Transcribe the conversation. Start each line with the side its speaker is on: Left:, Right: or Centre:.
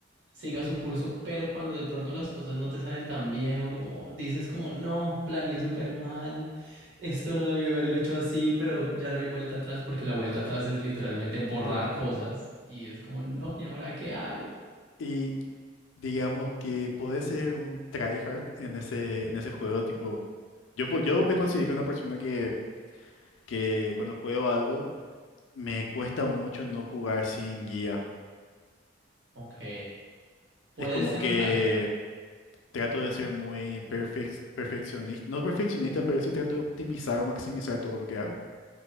Right: siga su curso, pero cuando de pronto las cosas no te salen tan bien o como dices como, no, planeé súper mal, esto no debió haberlo hecho así, pero ya no hay vuelta atrás porque la vuelta atrás es literalmente borrar
Left: Sí.
Right: cosas y es como, no, ¿y ahora qué hago?
Left: Y digamos que podés ser un tryhard en ese, en ese juego, tipo, yo, po- yo me considero una persona que, que cuando juego algo me cuesta mucho no jugar sin guía.
Right: Ok, puede
Left: Es como
Right: ser
Left: que
Right: un tryhard.
Left: trato de ser muy perfec- perfeccionista, no perfeccionista, pero sí trato de optimizar o maximizar todo lo que hago.